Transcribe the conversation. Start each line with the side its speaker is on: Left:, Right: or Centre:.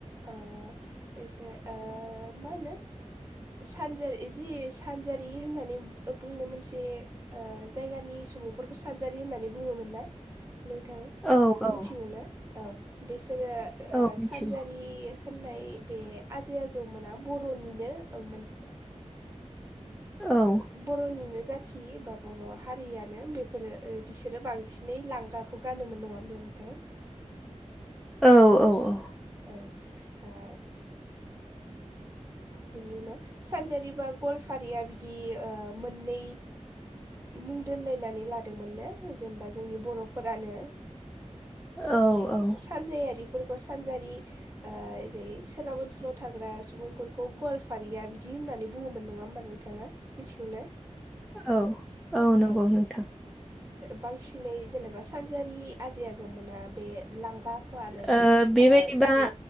Right: ओ एसे ओ मा होनो सानजारि जि सानजारि होननानै बुंनाय मोनसे जायगानि सुबुंफोरखौ सानजारि होननानै बुङोमोन ना नोंथां?
Centre: औ औ
Right: मिथिगौ ना औ बिसोरो
Centre: औ मिथिगौ
Right: सानजारि होननाय बे आजै आजौमोना बर'निनो मोन
Centre: औ
Right: बर'निनो जाथि बा बर' हारियानो बेफोरो बिसोरो बांसिनै लांगा खौ गानोमोन नङा होनब्ला नोंथां?
Centre: औ औ औ
Right: औ ओ
Centre: <inaudible>
Right: बिनि उनाव सानजारि बा गलफारिया बिदि मोननै मुं दोनलायनानै लादोंमोननो जेनेबा जोंनि बर'फोरानो
Centre: औ औ
Right: सानजायारिफोरखौ सानजारि ओरै सोनाब ओनसोलाव थाग्रा सुबुंफोरखौ गवालफारिया बिदि होननानै बुङोमोन नङा होमबा नोंथाङा? मिथिगौ ना
Centre: औ नंगौ
Right: औ
Centre: नोंथां
Right: बांसिनै जेनेबा सानजारि आजै आजौमोना बे लांगाखौ आरो
Centre: ओ बेबायदिबा
Right: ओ जि